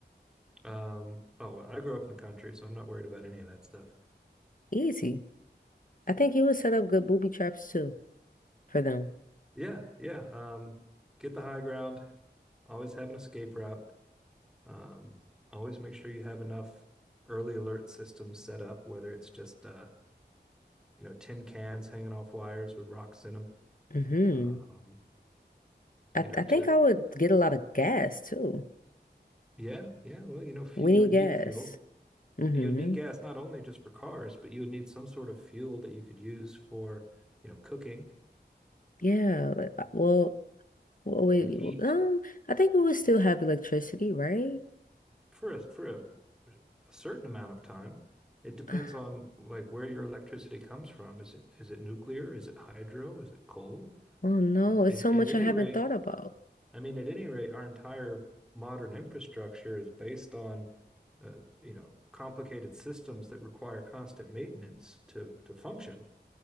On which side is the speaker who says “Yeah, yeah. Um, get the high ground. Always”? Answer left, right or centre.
Centre